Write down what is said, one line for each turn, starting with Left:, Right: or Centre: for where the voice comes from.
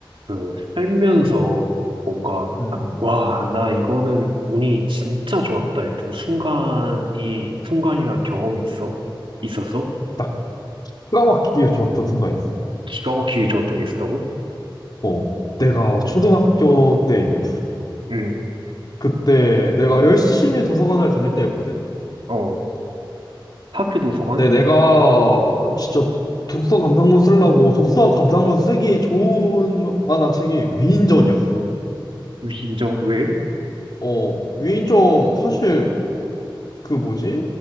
Right: 그 살면서 뭔가
Left: 음,
Right: 딱, 와, 나 이거는 운이 진짜 좋았다 했던 순간이, 순간이나 경험이 있어? 있었어?
Left: 딱막맣게 좋았던 순간이 있어.
Right: 기가 막히게 좋았던 게 있었다고?
Left: 어, 내가 초등학교 때 일이었어.
Right: 응,
Left: 그때 내가 열심히 도서관을 다닐 때였거든.
Right: 어, 학교 도서관?
Left: 근데 내가 진짜 독서 감상문 쓰려고 독서 감상문 쓰기 좋은 만한 책이 위인전이었어.
Right: 위인전? 왜?
Left: 어, 위인전 사실 그 뭐지?